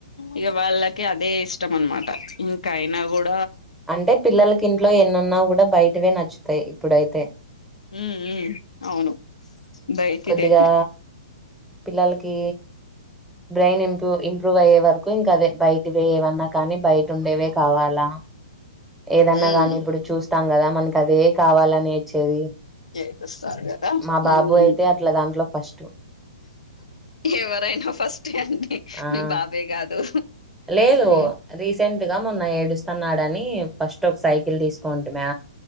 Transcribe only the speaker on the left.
ఇగా వాళ్ళకి అదే ఇష్టం అనమాట ఇంకా అయినా కూడ్
మ్మ్ హ్మ్ అవును బైటిదే
ఉమ్
ఏడుస్తారు కదా
ఉమ్
ఎవరైనా ఫస్టే అండి
మీ బాబే కాదు
ఉమ్